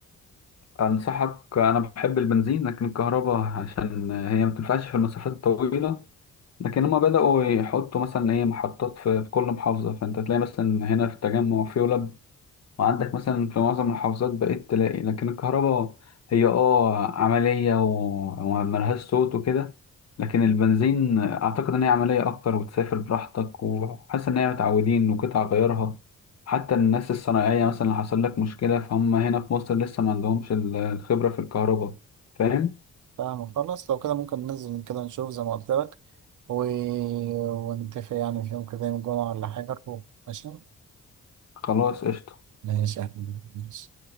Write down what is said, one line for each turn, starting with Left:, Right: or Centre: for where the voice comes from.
Left: أنصحك أنا بحب البنزين لكن الكهرباء عشان هي ما تنفعش في المسافات الطويلة لكن هما بدأوا يحطوا مثلا إيه محطات في في كل محافظة فأنت تلاقي مثلا هنا في التجمع في وعندك مثلا في معظم المحافظات بقيت تلاقي لكن الكهرباء هي اه عملية و- وملهاش صوت وكده لكن البنزين أعتقد إن هي عملية أكتر وتسافر براحتك وحاسس إن هي متعودين وقطع غيارها حتى الناس الصناعية مثلا لو حصل لك مشكلة فهم هنا في مصر لسه ما عندهمش ال- الخبرة في الكهرباء فاهم؟
Right: فاهم خلاص لو كده ممكن ننزل كده نشوف زي ما قلت لك و... ونتفق يعني في يوم كده يوم الجمعه ولا حاجه نروح. ماشي
Left: خلاص قشطة.
Right: ماشي يا أحمد، ماشي